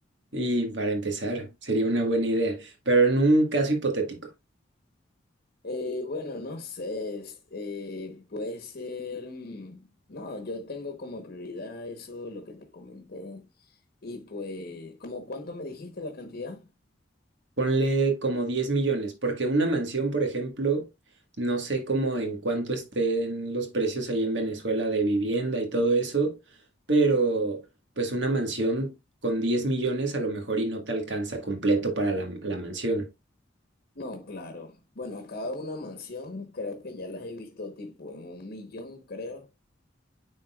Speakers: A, on the right (about 65°); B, on the left (about 55°).
A: Y para empezar, sería una buena idea, pero en un caso hipotético.
B: Eh, bueno, no sé, es- eh, puede ser, mm, no, yo tengo como prioridad eso, lo que te comenté, y pues, ¿como cuánto me dijiste la cantidad?
A: Ponle como 10 millones, porque una mansión, por ejemplo, no sé cómo en cuánto estén los precios ahí en Venezuela de vivienda y todo eso, pero
B: Ok.
A: pues una mansión con 10 millones a lo mejor y no te alcanza completo para la, la mansión.
B: No, claro. Bueno, cada una mansión creo que ya las he visto tipo en un millón, creo.